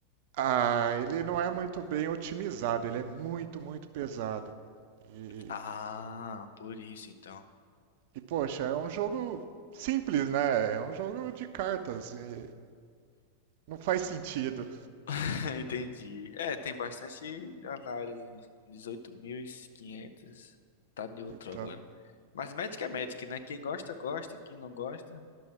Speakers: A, on the right; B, on the left.
A: Ah, ele não é muito bem otimizado, ele é muito, muito pesado. E,
B: Ah, por isso então.
A: e, poxa, é um jogo simples, né? É um jogo de cartas. e Não faz sentido.
B: <laughs> Entendi. É, tem bastante análise. dezoito mil e quinhentos. Tá neutro
A: Então,
B: agora. Mas Magic é Magic, né? Quem gosta, gosta. Quem não gosta,